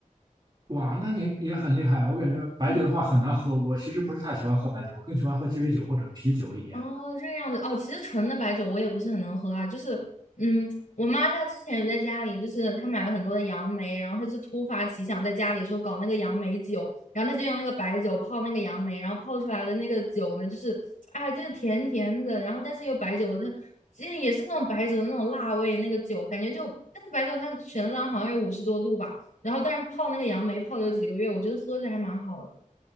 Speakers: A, on the right; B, on the left.
A: 哇，那你也很厉害啊。我感觉白酒的话很难喝，
B: 嗯
A: 我其实不是太喜欢喝白酒，我更喜欢喝鸡尾酒或者啤酒一点。
B: 哦，这个样子哦，其实纯的白酒我也不是很能喝啊，就是，嗯，我妈她之前有在家里，就是她买了很多的杨梅，然后她就突发奇想在家里说搞那个杨梅酒，然后她就用那个白酒泡那个杨梅，然后泡出来的那个酒呢，就是，哎，就是甜甜的，然后但是又白酒的，这也是那种白酒的那种辣味，那个酒感觉就那个白酒它全量好像有五十多度吧，然后但是泡那个杨梅泡了有几个月，我觉得喝着还蛮好的。